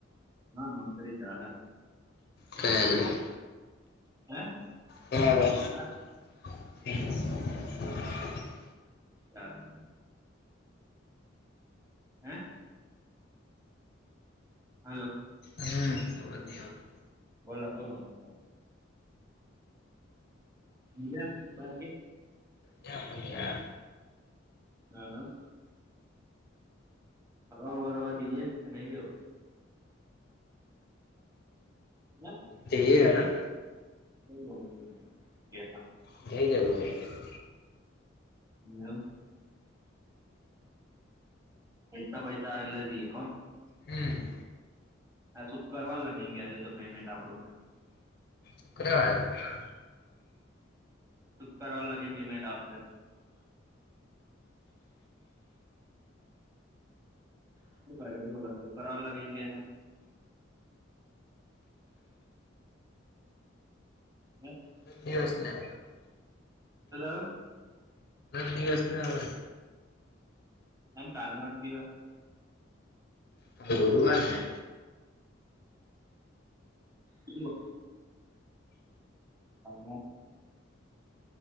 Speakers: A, on the right (about 15°); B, on the left (about 50°).
A: ના નોકરી ચાલે
B: ક્ય આગળી
A: હે
B: <inaudible>
A: હા
B: <inaudible>
A: ચાલે હે હાલો.
B: હમ્મ અવાજ નઈ આવતો
A: બોલો હું કો મજામ બાકી
B: ક્યાં ફરીયા
A: હ હ ફરવા બરવા જીએ કે નહી જવું <inaudible>
B: જઈએ હડા
A: <inaudible>
B: <inaudible>
A: નેવું પૈસા બયસા એટલે જીએ કોણ
B: હમ.
A: <unintelligible> કરવા લાગી ન ગયાજે તો પેમેન્ટ આપડું
B: <inaudible>
A: કરવા લાગેમી મેટ આસરે <inaudible> <unintelligible>
B: દિવસ ના
A: <inaudible>
B: દિવસના આવે
A: કેમ કાલનો જ દિવસ
B: કાલ ગુરુવાર ને
A: એલો <inaudible>